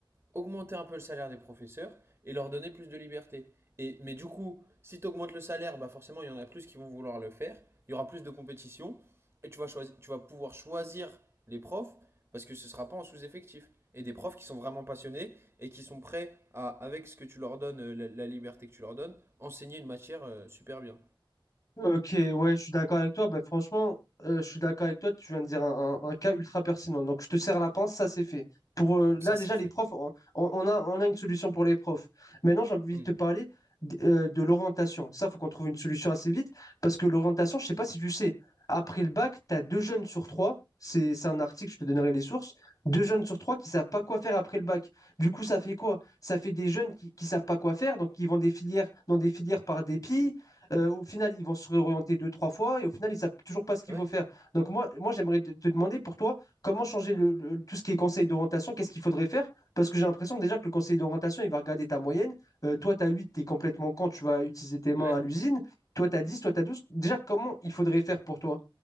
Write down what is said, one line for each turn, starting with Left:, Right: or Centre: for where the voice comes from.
Right: augmenter un peu le salaire des professeurs et leur donner plus de liberté. Et, mais du coup, si tu augmentes le salaire, bah forcément, il y en a plus qui vont vouloir le faire. Il y aura plus de compétition et tu vas, choisir, tu vas pouvoir choisir les profs parce que ce ne sera pas en sous-effectif. Et des profs qui sont vraiment passionnés et qui sont prêts à, avec ce que tu leur donnes, euh, la, la liberté que tu leur donnes, enseigner une matière euh, super bien.
Left: Ok, ouais, je suis d'accord avec toi. Bah, franchement, euh, je suis d'accord avec toi. Tu viens de dire un, un- un cas ultra pertinent. Donc, je te serre la pince, ça c'est fait. Pour euh,
Right: Bon, Ça,
Left: là, déjà,
Right: c'est fait.
Left: les profs, on, on a, on a une solution pour les profs. Maintenant, j'ai envie
Right: Mm.
Left: de te parler d- euh, de l'orientation. Ça, faut qu'on trouve une solution assez vite parce que l'orientation, je sais pas si tu sais, après le bac, tu as deux jeunes sur trois. C'est, c'est un article, je te donnerai les sources. Deux jeunes sur trois qui savent pas quoi faire après le bac. Du coup, ça fait quoi? Ça fait des jeunes qui, qui savent pas quoi faire, donc qui vont des filières, dans des filières par dépit euh, au final, ils vont se réorienter deux, trois fois et au final, ils ne savent toujours pas ce qu'il
Right: Ouais,
Left: faut faire. Donc moi, moi j'aimerais te, te demander pour toi, comment changer le, le- tout ce qui est conseil d'orientation, qu'est-ce qu'il faudrait faire? Parce que j'ai l'impression déjà que le conseil d'orientation, il va regarder ta moyenne. Euh, toi, tu as 8, tu es complètement con, tu vas utiliser tes mains
Right: ouais.
Left: à l'usine. Toi, tu as 10, toi, tu as 12. Déjà, comment il faudrait faire pour toi?